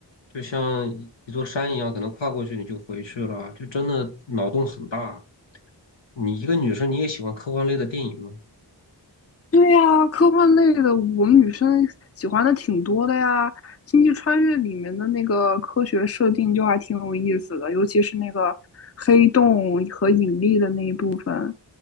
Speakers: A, on the left (about 85°); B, on the left (about 35°).
A: 就像一一座山一样，可能跨过去你就回去了啊，就真的脑洞很大啊。你一个女生，你也喜欢科幻类的电影吗？
B: 对呀，科幻类的我们女生喜欢的挺多的呀。《星际穿越》里面的那个科学设定就还挺有意思的，尤其是那个黑洞和引力的那一部分。